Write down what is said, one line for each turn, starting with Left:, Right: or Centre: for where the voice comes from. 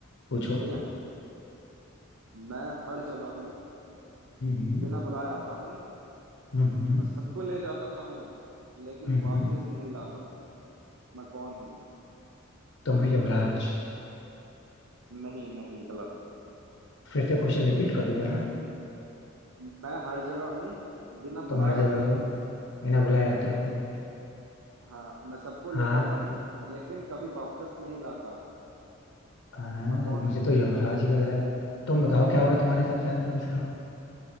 Left: पूछो
Right: ठीक है मैं हर जगह हूँ
Left: हम्म
Right: बिना बुलाए आता हूँ
Left: हम्म हम्म
Right: मैं सबको ले जाता हूँ लेकिन
Left: हम्म
Right: वापस नहीं लाता मैं कौन हूँ
Left: तुम्हें यमराज
Right: नहीं नहीं गलत
Left: फिर से क्वेश्चन रिपीट कर दो जरा
Right: मैं हर जगह हूँ बिना
Left: तुम
Right: बुलाए
Left: हर जगह
Right: आता
Left: हो
Right: हूँ
Left: बिना बुलाए आते हो
Right: हाँ मैं सबको
Left: हाँ
Right: ले जाता हूँ लेकिन कभी वापस नहीं लाता
Left: हाँ,
Right: मैं कौन
Left: मुझे
Right: हूँ
Left: तो यमराज ही लग रहा है तुम बताओ क्या होगा तुम्हारे हिसाब से आंसर इसका